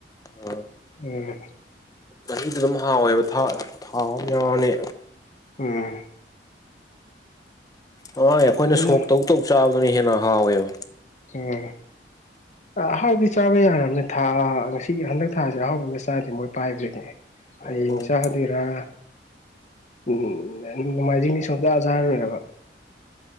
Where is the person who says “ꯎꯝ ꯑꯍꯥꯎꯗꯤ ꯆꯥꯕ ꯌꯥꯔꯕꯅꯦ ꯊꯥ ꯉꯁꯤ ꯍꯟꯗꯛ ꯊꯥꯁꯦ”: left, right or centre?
Left